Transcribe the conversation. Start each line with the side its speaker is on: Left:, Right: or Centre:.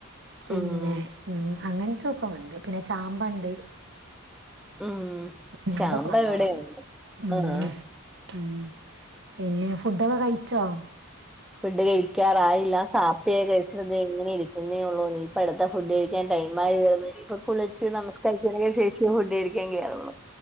Right: പിന്നെ
Centre: ഉം
Right: ഉം അങ്ങൻ റ്റോക്കോങ്ങ്ണ്ട് പിന്നെ ചാമ്പണ്ട്
Centre: ഉം
Right: ഉംഅതൊക്കെ
Centre: ചാമ്പ
Right: നല്ലോണം
Centre: ഇവിടെയുണ്ട്
Right: ഊം
Centre: ആഹ്
Right: ഉം പിന്നെ ഫുഡൊക്കെ കഴിച്ചോ
Centre: ഫുഡ് കഴിക്കാറായില്ല കാപ്പിയെ കഴിച്ചിട്ട് ദേ എങ്ങനെ ഇരിക്കുന്നേഒള്ളൂ നീ ഇപ്പ അടുത്ത ഫുഡ് കഴിക്കാൻ ടൈ ആയിവരുന്നു ഇനിപ്പ കുളിച്ച് നമസ്കരിച്ചതിന് ശേഷേ ഫുഡ് കഴിക്കാൻ കേറുള്ളു